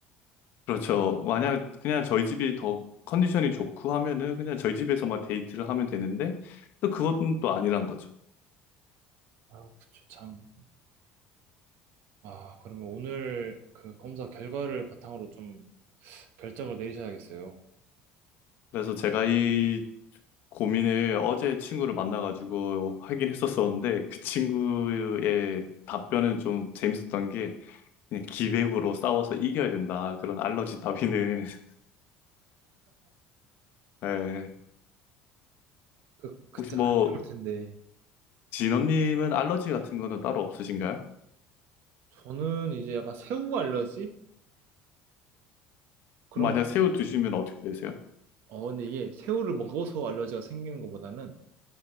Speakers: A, on the left (about 50°); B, on the right (about 55°).
A: 그렇죠. 만약 그냥 저희 집이 더 컨디션이 좋고 하면은 그냥 저희 집에서만 데이트를 하면 되는데 또 그건 또 아니란 거죠.
B: 아, 그쵸, 참. 아, 그러면 오늘 그 검사 결과를 바탕으로 좀 결정을 내리셔야겠어요.
A: 그래서 제가 이 고민을 어제 친구를 만나가지고 하긴 했었었는데 그 친구의 답변은 좀 재밌었던 게 그냥 기백으로 싸워서 이겨야 된다. 그런 알러지 따위는. <laughs> 예.
B: 그, 그때
A: 혹시
B: 같이
A: 뭐
B: 올 텐데.
A: 진원님은 알러지 같은 거는 따로 없으신가요?
B: 저는 이제 약간 새우 알러지? 그런,
A: 만약 새우 드시면 어떻게 되세요?
B: 어, 근데 이게 새우를 먹어서 알러지가 생기는 것보다는